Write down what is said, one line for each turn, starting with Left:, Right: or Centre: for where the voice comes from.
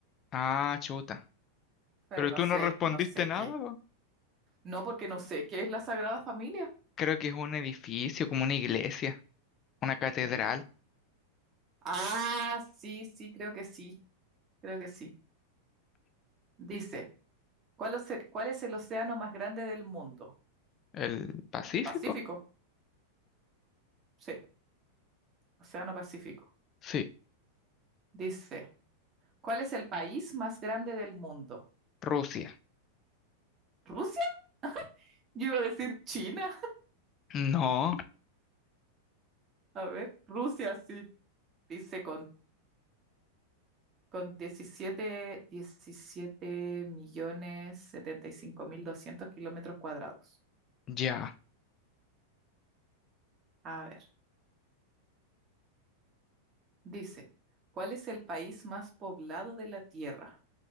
Left: Ah, chuta.
Right: pero
Left: Pero
Right: no
Left: tú
Right: sé,
Left: no respondiste
Right: no sé
Left: nada,
Right: qué.
Left: po.
Right: No, porque no sé qué es la Sagrada Familia.
Left: Creo que es un edificio, como una iglesia, una catedral.
Right: Mm, ya. Ah, sí, sí, creo que sí, creo que sí. Dice. ¿Cuál, oce- cuál es el océano más grande del mundo?
Left: ¿El Pacífico?
Right: ¿El Pacífico? Sí, Océano Pacífico.
Left: Sí.
Right: Dice, ¿cuál es el país más grande del mundo?
Left: Rusia.
Right: ¿Rusia? Yo iba a decir China. <laughs>
Left: No,
Right: A ver, Rusia sí. Dice con, con diecisiete diecisiete millones 75 mil 200 kilómetros cuadrados.
Left: ya.
Right: A ver, dice, ¿cuál es el país más poblado de la Tierra?